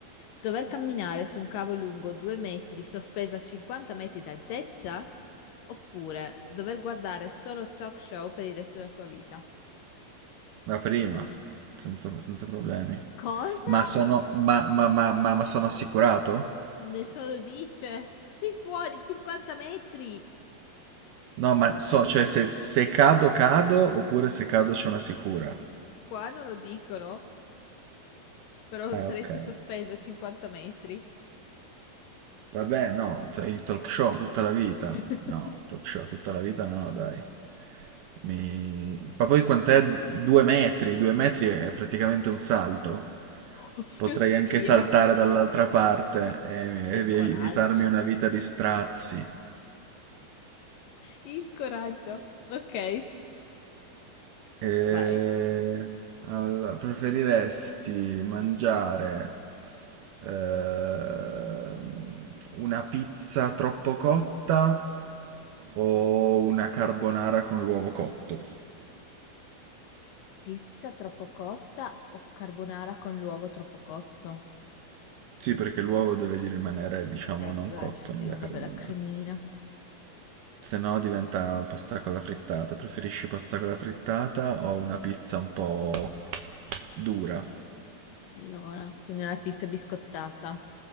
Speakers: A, on the left (about 75°); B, on the right (about 75°).
A: dover camminare su un cavo lungo 2 metri sospeso a 50 metri d'altezza oppure dover guardare solo talk show per il resto della tua vita?
B: La prima, senza, senza problemi.
A: Cosa?
B: Ma sono, ma, ma- ma- ma- ma sono assicurato?
A: Nessuno lo dice. Sei fuori 50 metri.
B: No, ma so, cioè se, se cado, cado, oppure se cado c'è una sicura.
A: Qua non lo dicono. Però
B: Ah,
A: saresti
B: ok.
A: sospeso 50 metri.
B: Vabbè, no, t- i talk show tutta la vita.
A: <laughs>
B: No, talk show tutta la vita no, dai. Mi... Ma poi quant'è? Due metri, due metri è praticamente un salto.
A: Oh
B: Potrei
A: mio
B: anche
A: Dio,
B: saltare dall'altra parte e
A: ma dai
B: e evi-
A: coraggio.
B: evitarmi una vita di strazi.
A: Il coraggio. Ok,
B: E
A: vai.
B: allora, preferiresti mangiare ehm, una pizza troppo cotta o una carbonara con l'uovo cotto?
A: Pizza troppo cotta o carbonara con l'uovo troppo cotto?
B: Sì, perché l'uovo deve di rimanere, diciamo,
A: Eh
B: non
A: beh,
B: cotto
A: sì,
B: nella
A: una
B: carbonara.
A: bella cremina.
B: Se no diventa pasta con la frittata. Preferisci pasta con la frittata o una pizza un po' dura?
A: Allora, quindi una pizza biscottata.